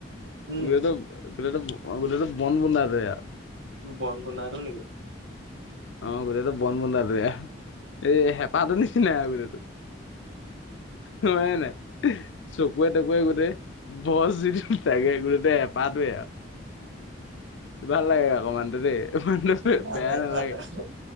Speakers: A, on the right; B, on the left.
A: উম
B: গো গোটেই-গোটেইটো বন বুণ্ডাটোৱে।
A: বন বোন্দাটো নেকি?
B: অ' গোটেইটো বন বোন্দাটোৱেই এই হেঁপাহটোৰ নিচিনাই আৰু গোটটো। উ <unintelligible> হয় নাই চকুৱে তকুৱে গোটেই বছ যিটো তাকে গোটেই হে হেপাটোৱে। ভাল লাগে অকমানতো দেই অমান
A: ভালে
B: বেয়া নালাগে।
A: ভালে